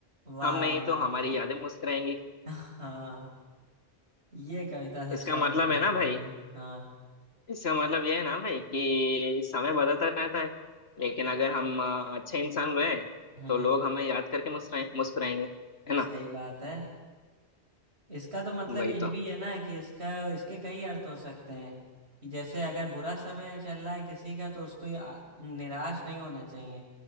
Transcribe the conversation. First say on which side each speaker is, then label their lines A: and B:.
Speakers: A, on the right; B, on the left.
A: वाह
B: हम नहीं
A: वाह
B: तो हमारी यादें मुस्कुराएंगी
A: हाँ ये कविता सबसे
B: इसका
A: बढ़िया
B: मतलब है
A: लगी
B: ना भाई
A: मुझे हाँ
B: इसका मतलब ये है ना भाई कि समय बदलता रहता है लेकिन अगर हम आ, अच्छे इंसान रहे
A: हम्म
B: तो लोग हमें याद करके मुस्कुराए मुस्कुराएंगे है
A: सही
B: ना
A: बात है इसका तो मतलब
B: वही
A: ये
B: तो
A: भी है ना कि इसका इसके कई अर्थ हो सकते हैं कि जैसे अगर बुरा समय चल रहा है किसी का तो उसको ये आ- निराश नहीं होना चाहिए